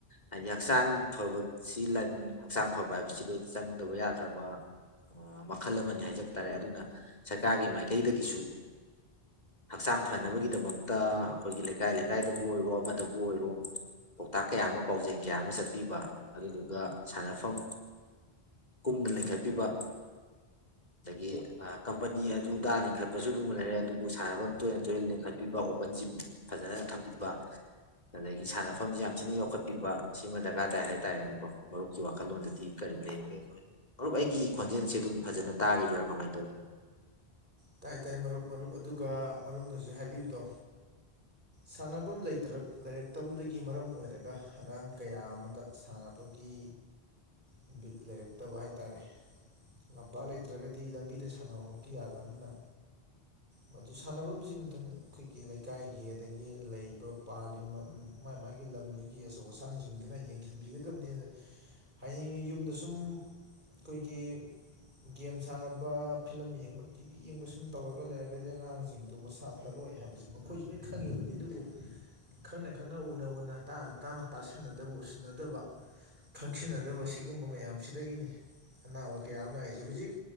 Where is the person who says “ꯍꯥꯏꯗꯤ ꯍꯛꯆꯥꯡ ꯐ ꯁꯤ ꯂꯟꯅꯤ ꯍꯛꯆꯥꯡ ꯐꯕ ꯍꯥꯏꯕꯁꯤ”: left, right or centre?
Left